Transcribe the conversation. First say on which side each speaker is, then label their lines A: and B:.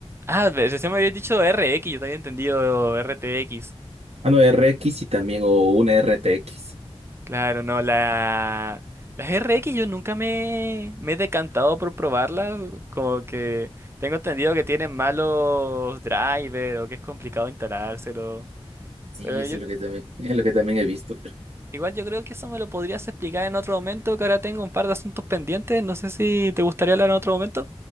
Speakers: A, on the right; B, on the right.
A: Ah, ve- recién me había dicho r x yo te había entendido RTX.
B: Ah, no, r x y también, o una r t x
A: Claro, no, la... Las r x yo nunca me, me he decantado por probarlas, como que tengo entendido que tienen malos drivers o que es complicado instalárselo.
B: Sí,
A: Pero
B: eso
A: yo
B: es lo que también, es lo que también he visto, pero
A: igual yo creo que eso me lo podrías explicar en otro momento, que ahora tengo un par de asuntos pendientes, no sé si te gustaría hablar en otro momento.